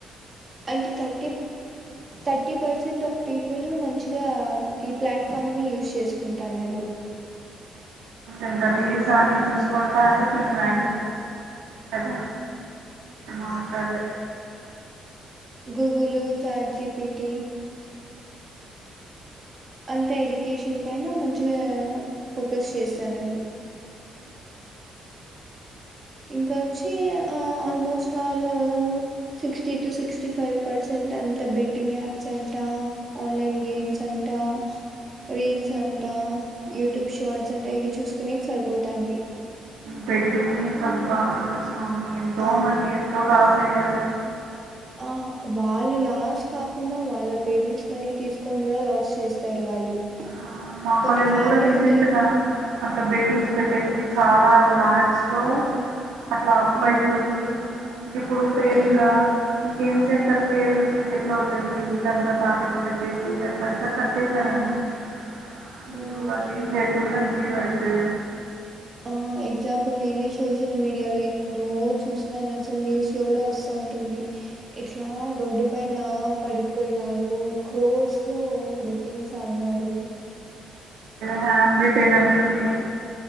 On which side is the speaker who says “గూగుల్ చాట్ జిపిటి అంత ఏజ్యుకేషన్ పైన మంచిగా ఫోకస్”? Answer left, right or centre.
Right